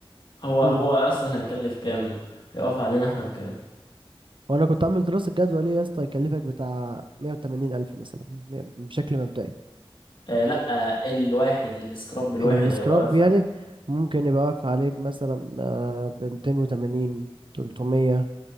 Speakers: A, on the left; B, on the right.
A: هو
B: قول
A: هو اصلا هيكلف كام هيقف علينا احنا بكام
B: وانا كنت عامل دراسة جدوى ليه يا اسطى يكلفك بتاع 180 الف مثلا م- بشكل مبدئي
A: آه لا آه الواحد السكراب الواحد
B: والسكراب
A: هيبقى واقف
B: يعني
A: علينا
B: ممكن يبقى واقف عليك مثلا آه، ب 280 300